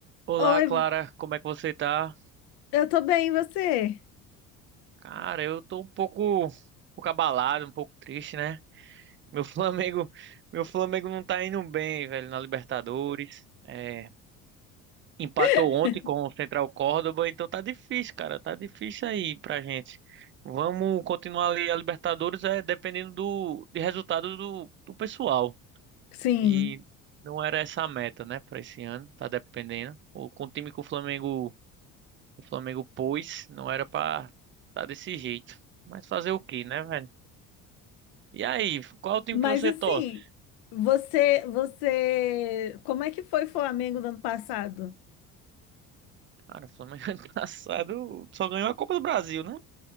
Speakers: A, on the right; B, on the left.
A: Olá,
B: Oi,
A: Clara, como é que você tá?
B: eu tô bem, e você?
A: Cara, eu tô um pouco, um pouco abalado, um pouco triste, né? Meu <laughs> Flamengo, meu Flamengo não tá indo bem, velho, na Libertadores. É, empatou
B: <laughs>
A: ontem com o Central Córdoba, então tá difícil, cara, tá difícil aí pra gente. Vamos continuar ali a Libertadores, é dependendo do de resultado do, do pessoal.
B: Sim,
A: E não era essa a meta, né, pra esse ano, tá dependendo. O com o time que o Flamengo O Flamengo pôs, não era pra tá desse jeito. Mas fazer o quê, né, velho? E aí, qual é o time
B: mas
A: que você
B: assim,
A: torce?
B: você, você, como é que foi o Flamengo no ano passado?
A: Cara, o Flamengo <laughs> ano passado só ganhou a Copa do Brasil, né?